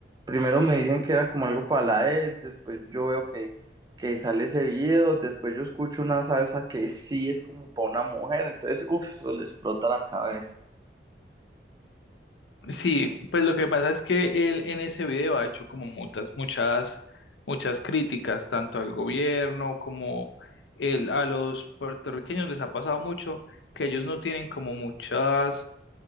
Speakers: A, on the right; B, on the left.
A: primero me dicen que era como algo para la E d después yo veo que, que sale ese video, después yo escucho una salsa que sí es como para una mujer. Entonces, uff, eso le explota la cabeza.
B: Sí, pues lo que pasa es que él en ese video ha hecho como muchas, muchas, muchas críticas, tanto al gobierno como él, a los puertorriqueños les ha pasado mucho que ellos no tienen como muchas,